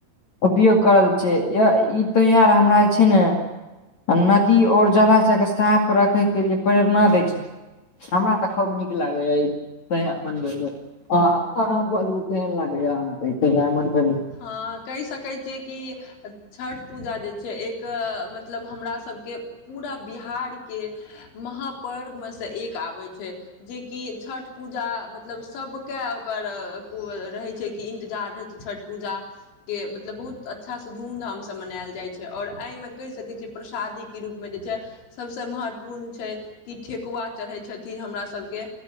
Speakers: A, on the left; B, on the left.
A: उपयोग करल छै य ई तोयार हमरा जे छै ने नदी और जलाशयके सांप रखै के लिए प्रेरणा दै छै हमरा त खूब नीक लागै या इ तां अपन बिजनेस आँ-आँ बनबु केहन लागे या अहाँके डायमंड बनबै मे
B: हाँ कहि सकै छियै कि छठि पूजा जे छै एक मतलब हमरासभके पूरा बिहारके महापर्वमे सँ एक आबै छै जेकि छठि पूजा मतलब सभके ओकर रहैत छै कि इन्तजार रहैत छै छठि पूजा के मतलब बहुत अच्छासँ धूम धामसँ मनायल जाइ छै आओर एहिमे कहि सकै छियै प्रसादीके रूपमे जे छै सबसँ महत्वपूर्ण छै कि ठेकुआ चढ़ै छथिन हमरा सब सबके